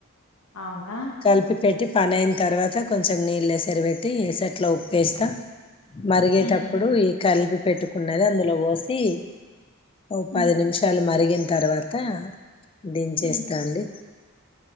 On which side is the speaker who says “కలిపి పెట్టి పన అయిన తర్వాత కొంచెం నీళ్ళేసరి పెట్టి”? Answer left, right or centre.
Left